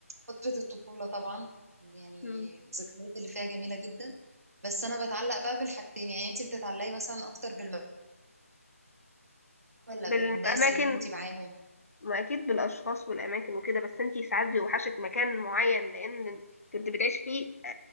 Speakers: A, on the right; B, on the left.
A: فترة الطفولة طبعا يعني
B: مم.
A: الذكريات اللي فيها جميلة جدا بس انا بتعلق بقى بالحاجتين يعني انت بتتعلقي مثلا اكتر بالمكان ولا
B: بالأماكن
A: بالناس اللي كنتي معاهم
B: ما اكيد بالاشخاص والاماكن وكده بس انتي ساعات بيوحشك مكان معين لان كنت بتعيش فيه آه،